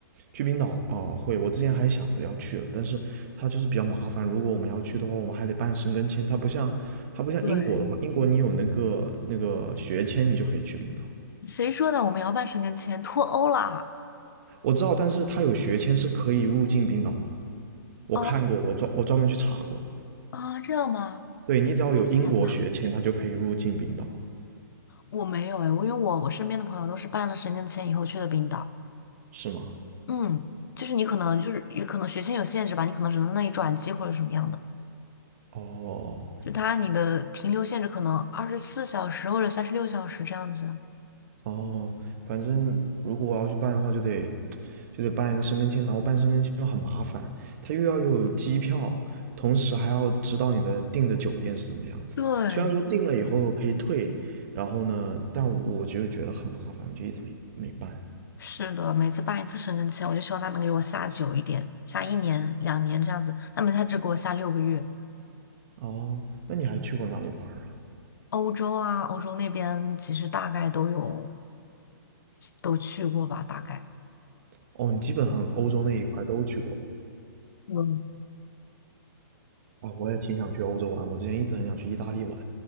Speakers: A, on the right; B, on the left.
A: 去冰岛哦，会，我之前还想着要去了，但是它就是比较麻烦。如果我们要去的话，我们还得办申根签，它不像它不像英国的话，
B: 对，
A: 英国你有那个那个学签，你就可以去冰岛。
B: 谁说的？我们要办申根签脱欧啦？
A: 我知道，但是它有学签是可以入境冰岛的，我看过，
B: 哦
A: 我专我专门去查过。
B: 啊，这样吗？
A: 对，你只要有英国学签，
B: 钱吧
A: 它就可以入境冰岛，
B: 我没有哎，我因为我我身边的朋友都是办了申根签以后去的冰岛。
A: 是吗？
B: 嗯，就是你可能就是也可能学签有限制吧，你可能只能在那里转机或者什么样的，
A: 哦
B: 就它你的停留限制可能二十四小时或者三十六小时这样子。
A: 哦，反正如果我要去办的话，就得就得办一个申根签，然后办申根签又很麻烦，他又要有机票，同时还要知道你的订的酒店是怎么样子的。
B: 对，
A: 虽然说订了以后可以退，然后呢，但我就觉得很麻烦，我就一直没没办。
B: 是的，每次办一次深圳签，我就希望他能给我下久一点，下一年、两年这样子。但每次他只给我下六个月。
A: 哦，那你还去过哪里玩儿啊？
B: 欧洲啊，欧洲那边其实大概都有都去过吧，大概。
A: 哦，你基本上欧洲那一块都去过
B: 嗯，
A: 啊。我也挺想去欧洲玩，我之前一直很想去意大利玩，